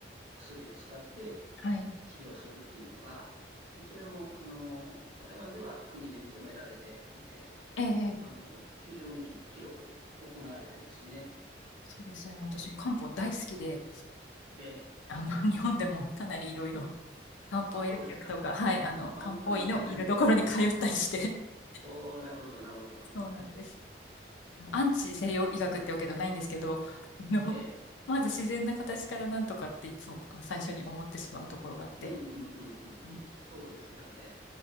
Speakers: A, on the right; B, on the left.
A: 薬を使って
B: はい、
A: 治療するっていうのが、それも、あの、台湾では国で認められていて、
B: ええ、
A: あの、非常に広く行われてますね。
B: そうですよね。私も漢方大好きで、
A: で、
B: あの、日本でもかなりいろいろ漢方薬局とか、
A: あ、そうですか。
B: はい、あの、
A: あ、
B: 漢方医のいるところに通ったりして、
A: 本当に。<laughs>
B: <laughs>
A: おー、なるほど、なるほど。
B: そうなんです。あの、アンチ西洋医学ってわけじゃないんですけど、あの、
A: ええ、
B: <laughs> まず自然な形からなんとかっていつも最初に思ってしまうところがあって、
A: うんうんうんうんうん。
B: はい、
A: そうですよね。